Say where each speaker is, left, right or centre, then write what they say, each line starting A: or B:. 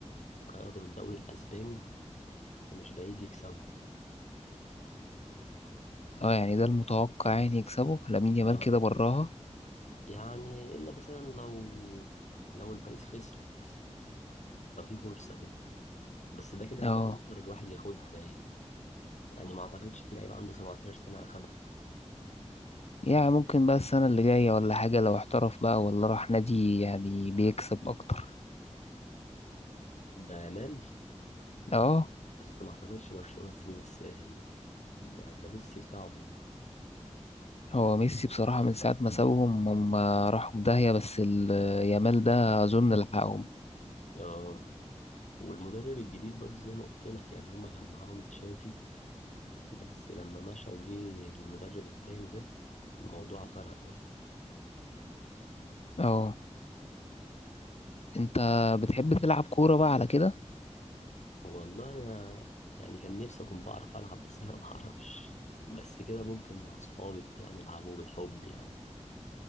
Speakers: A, on the left; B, on the left.
A: وخدوا الدوري الأسباني فمش بعيد يكسبوا
B: اه يعني ده المتوقع يعني يكسبه لامين يامال
A: اه
B: كده براها
A: يعني إلا مثلا لو لو الباريس خسرت ففي فرصة كده بس ده كده
B: اه
A: هيبقى اكتر واحد ياخدها باين يعني ما اعتقدش في لعيب عنده 17 سنه اخدها
B: يعني ممكن بقى السنة اللي جاية ولا حاجة لو احترف بقى ولا راح نادي يعني بيكسب اكتر
A: ده مال
B: اه
A: بس ما اعتقدش برشلونه تسيبه بالساهل ده ده ميسي بتاعهم
B: هو ميسي بصراحة من ساعة ما سابهم هم راحوا في داهية بس ال- يامال ده اظن لحقهم
A: اه والمدرب الجديد برضه زي ما قلت لك يعني هما كان معاهم تشافي بس لما مشى وجه المدرب التاني ده الموضوع فرق بقى
B: اه انت بتحب تلعب كورة بقى على كده
A: والله انا يعني كان نفسي اكون بعرف العب بس انا <laughs> ما بعرفش بس كده ممكن مع اصحابي بتاع نلعبه بالحب يعني